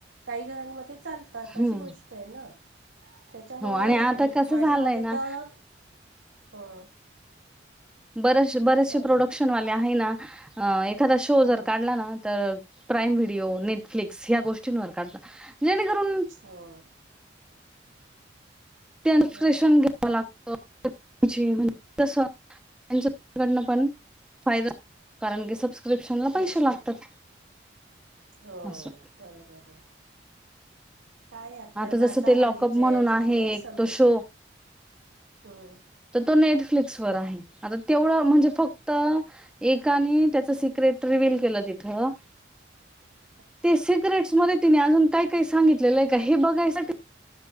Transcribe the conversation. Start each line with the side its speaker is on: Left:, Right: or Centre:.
Right: काही घरांमध्ये चालतात,
Centre: हम्म
Right: अशी गोष्ट आहे ना. तेच्यामुळे
Centre: हो आता
Right: आणि,
Centre: कसं
Right: माझ्या
Centre: झालंय
Right: मते
Centre: ना
Right: तर अं..
Centre: बरेच बरेचसे प्रोडक्शनवाले
Right: ताई
Centre: आहे ना, एखादा शो
Right: हं
Centre: जर काढला ना तर. प्राईम व्हिडिओ नेटफ्लिक्स या, गोष्टींवर करतात जेणे करून.
Right: हं..
Centre: तेन
Right: बरोबर
Centre: फ्रेशन घ्यावं
Right: आहे
Centre: लागत <unintelligible> त्यांच्याकडन पण फायदा कारण की, सबस्क्रिप्शनला
Right: तेच
Centre: पैसे लागतात.
Right: ना हो,
Centre: असं
Right: बरोबर आहे. काय आपल्याला
Centre: जसं
Right: आता,
Centre: ते
Right: हल्लीच्या
Centre: लॉकअप
Right: हेच्यातलं
Centre: म्हणून आहे
Right: काहीच
Centre: एक
Right: समजत
Centre: तो शो
Right: नाही हम्म.
Centre: तर तो नेटफ्लिक्सवर आहे, आता तेवढं म्हणजे फक्तं. एकानी त्याचं सिक्रेट रिव्हल केलं तिथं.
Right: <inaudible>
Centre: ते सिक्रेटस मध्ये तिने अजून, काय काय सांगितलेलं आहे का हे बघाय साठी.